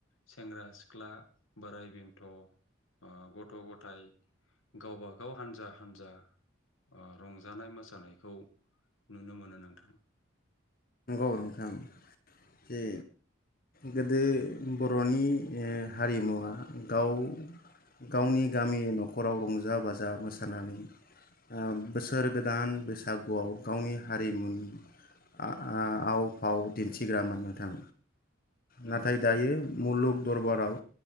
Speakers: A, on the left; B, on the left.
A: सेंग्रा सिख्ला बोराइ बेन्थ' ओ गथ' गथाय गावबागाव हानजा हानजा ओ रंजानाय मोसानायखौ नुनो मोनो नोंथां।
B: औ नोंथां। जे गोदो बर'नि ओ हारिमुवा गाव गावनि गामि न'खराव रंजा बाजा मोसानानै ओ बोसोर गोदान बैसागुआव गावनि हारिमु आ आव फाव दिन्थिग्रामोन नोंथां। नाथाय
A: नंगौ नोंथां
B: दायो मुलुग दरबाराव